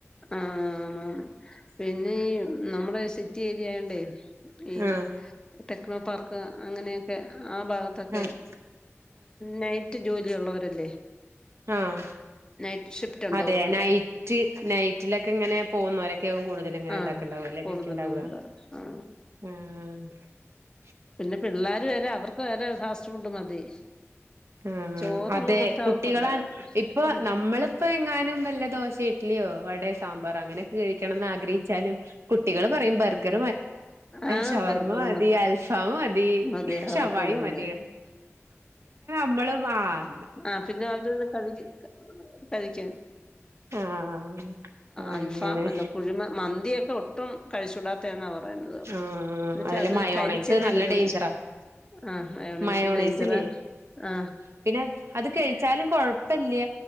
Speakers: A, on the left; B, on the right.
A: ആ ആ പിന്നെ ഈ നമ്മടെ സിറ്റി ഏരിയ ആണ്ടേ ഉ <unintelligible> ഏ
B: ആഹ്
A: ടെക്നോ പാർക്ക് അങ്ങനെയൊക്കെ ആ ഭാഗത്തൊക്കെ
B: ആഹ്
A: നൈറ്റ് ജോലി ഉള്ളവരല്ലേ
B: ആഹ
A: നൈറ്റ് ഷിഫ്റ്റ് ഉണ്ട്
B: അതെ
A: അവർക്ക്
B: നൈറ്റ് നൈറ്റ് ലൊക്കെ ഇങ്ങനെ പോകുന്നര കൂടുതല ഇങ്ങനെ
A: ആഹ്
B: ഇതാക്കണ്ടാവുക അല്ല
A: കൂടുതലുണ്ട്
B: കഴിക്കണ്ടാവുക
A: ആഹ്
B: ആ ആ <unintelligible>
A: പിന്നെ പിള്ളോര് വരെ അവർക്ക് വേരെ ഫാസ്റ്റ് ഫുഡ് മതി <unintelligible>
B: ആ
A: ചോറൊന്നും
B: അതെ
A: കൊടുത്താ
B: കുട്ടികളാണ്
A: അവർക്കുണ്ട്
B: ഇപ്പൊ
A: ഉം
B: നമ്മളിപ്പോ എങ്ങാനും നല്ല ദോശ ഇഡലിയോ വട സാമ്പാർ അങ്ങനെയൊക്കെ കഴിക്കണംന്ന് ആഗ്രഹിച്ചാലും കുട്ടികൾ പറയും ബർഗർ
A: ആഹ്
B: ഷവർമ്മ
A: ബർഗർ
B: മതി അൽഫ മതി
A: മതി
B: ശവായി
A: അവർക്കത് മതി
B: മ ശമ്മളവാ <unintelligible>
A: ആ പിന്നെ അവരൊന്ന് ക കഴിക്കൻ
B: ആഹ്
A: അൽഫാം
B: അങ്ങനെ
A: അല്ല കുഴിമ മന്തിൊക്കെ ഒട്ടും കഴിചൂടാണ് എന്നാ പറയുന്നത്
B: ആഹ്
A: എന്നച്ചാ
B: അതില്
A: അത്
B: മയോണൈസ്
A: കരിച്ചെല്ല
B: നല്ല
A: എടുക്കുന്നു
B: ഡേയ്ഞ്ചറാ
A: ആ
B: മയോണൈസില്ലേ
A: ഡേഞ്ചറ ആ
B: ഉം പിന്നെ അത് കഴിച്ചാലും കൊഴപ്പില്ല